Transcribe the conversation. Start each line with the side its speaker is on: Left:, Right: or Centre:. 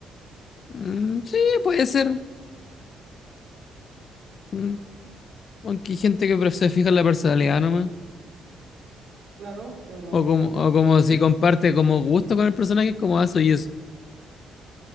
Left: Mm, sí, puede ser. Mm, Aunque hay gente que se fija en la personalidad nomás.
Right: Claro, pero
Left: O como,
Right: no sé.
Left: o como si comparte como gusto con el personaje, como eso y eso.